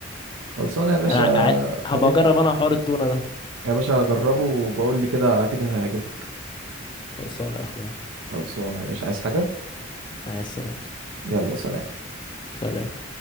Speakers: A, on the right; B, on the left.
A: خلصانة يا باشا
B: انا ع... هبقى
A: اديني
B: اجرب انا حوار التونة ده
A: يا باشا جربه وبقول لي كده اكيد هيعجبك
B: خلصانه يا اخويا
A: خلصانة يا باشا عايز حاجة
B: عايز سلامته
A: يلا سلام
B: سلام